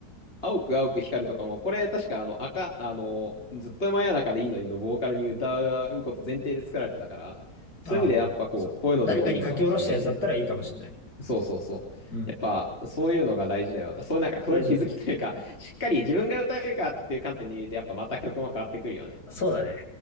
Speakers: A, on the left; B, on the left.
A: 青く青く光るとかも、これ確かあの赤、あの、ずっと真夜中でいいのにのボーカルに歌うこと前提で作られてたから、そういう意味でやっぱこう、
B: ああ、そう。
A: こういうのでもいいのかもしれないね。
B: 誰かに書き下ろしたやつだったらいいかもしれない。
A: そうそうそう。
B: うん。
A: やっぱそういうのが大事だよな。そういうなんかそういう気づきというか、
B: 大事だと思
A: しっかり自分が歌えるかっていう観点で見るとやっぱまた曲も変わってくるよね。
B: う。そうだね。